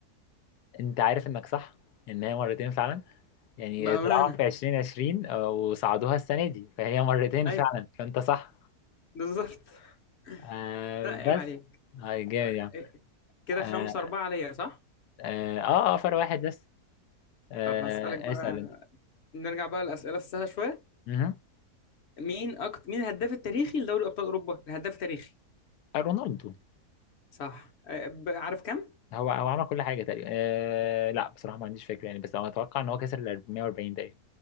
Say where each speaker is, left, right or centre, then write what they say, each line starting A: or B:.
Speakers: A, on the left (about 85°); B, on the left (about 50°).
A: انت عارف انك صح ان هي مرتين فعلا يعني
B: بأمانة
A: طلعوها في 2020 آه، وصعدوها السنه دي فهي مرتين
B: ايوه
A: فعلا فانت صح
B: بالظبط
A: آه
B: <laughs> لا عيب
A: بس
B: عليك
A: هاي جامد
B: آه،
A: يعني
B: إيه، كده
A: اه
B: 5 4 عليا صح
A: اه, آه آه، فرق واحد بس آه
B: طب هسألك بقى
A: اسال انت
B: نرجع بقى للأسئلة السهلة شوية
A: مهم.
B: مين أكتر مين الهداف التاريخي لدوري أبطال أوروبا؟ الهداف التاريخي
A: آه، رونالدو
B: صح آه، ب- عارف كام؟
A: هو هو عمل كل حاجه تقريبا آه لا بصراحه ما عنديش فكره يعني بس انا اتوقع ان هو كسر ال 440 تقريبا